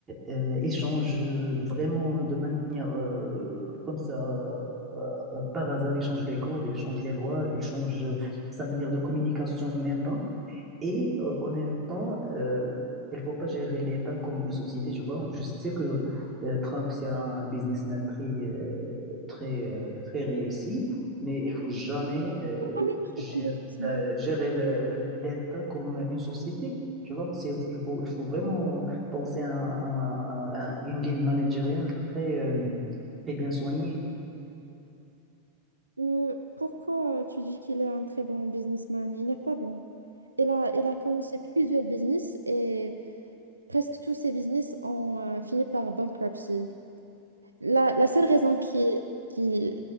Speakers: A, on the right; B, on the right.
A: euh, échange vraiment de manière euh, comme ça, euh, euh, par hasard, il change les codes, il change les lois, il change sa manière de communication, même pas. Et euh, en même temps, euh, il ne faut pas gérer l'État comme une société, je vois. Je sais que euh, Trump, c'est un businessman très, euh, très, euh, très réussi, mais il ne faut jamais euh,
B: Ah, mais je
A: gérer,
B: suis un businessman.
A: euh, gérer le- l'État comme une société. Tu vois, c'est, il faut, il faut vraiment penser à, à- à- à une ligne managériale très, euh, très bien soignée.
B: Mais pourquoi euh, tu dis qu'il est un très bon businessman? Il n'est pas bon. Il a, il a commencé plusieurs business et presque tous ses business ont euh, fini par bankruptcy. La, la seule raison qui, qui,